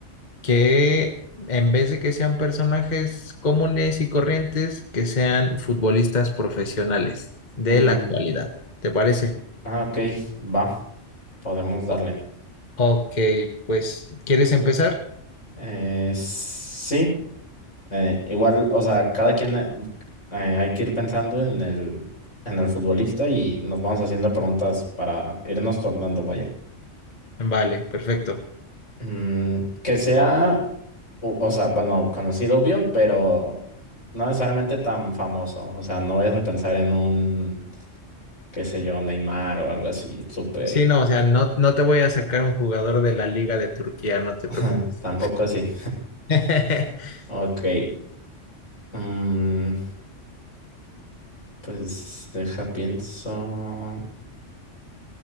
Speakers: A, on the left (about 35°); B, on the left (about 80°).
A: Que en vez de que sean personajes comunes y corrientes, que sean futbolistas profesionales de
B: Mm,
A: la actualidad. ¿Te parece?
B: ah, ok, va, podemos darle.
A: O- ok, pues ¿quieres empezar?
B: Eh, sí, eh, igual, o sea, cada quien eh, eh, hay que ir pensando en el, en el futbolista y nos vamos haciendo preguntas para irnos tornando, vaya.
A: Vale, perfecto.
B: Mm, que sea u- o sea, bueno, conocido obvio, pero no necesariamente tan famoso. O sea, no vayas a pensar en un, qué sé yo, Neymar o algo así, súper.
A: Sí, no, o sea, no, no te voy a sacar un jugador de la Liga de Turquía, no te
B: <laughs>
A: preocupes.
B: Tampoco así.
A: <laughs>
B: Ok. mm, pues deja, pienso.